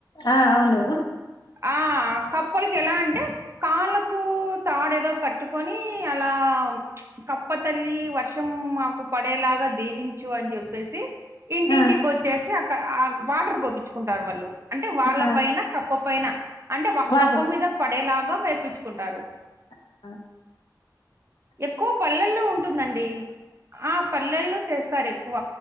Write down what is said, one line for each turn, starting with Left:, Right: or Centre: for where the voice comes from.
Left: ఆ అవును
Right: ఆ కప్పల్కేలా అంటే కాళ్ళకు తాడేదో కట్టుకొని అలా కప్ప తల్లీ వర్షం మాకు పడేలాగా దీవించు అని జెప్పేసి ఇంటింటికోచ్చేసి
Left: ఆ
Right: అక్క ఆ వాటర్ పోపించుకుంటారు వాళ్ళు అంటే వాళ్ళ
Left: ఆ
Right: పైన కప్ ప్పపైన అంటే
Left: వాటర్
Right: కప్ప మీద పడేలాగా వేపించుకుంటారు
Left: ఆహ్
Right: ఎక్కువ పల్లెల్లో ఉంటుందండి ఆ పల్లెల్లో చేస్తారెక్కువ